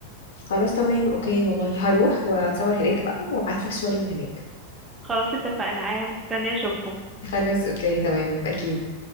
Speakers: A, on the left; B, on the right.
A: خلاص تمام اوكي والله هروح واتصور هناك بقى وابعتلك صوري من هناك
B: خلاص اتفقنا انا مستنيه اشوفهم
A: خلاص اوكي تمام اكيد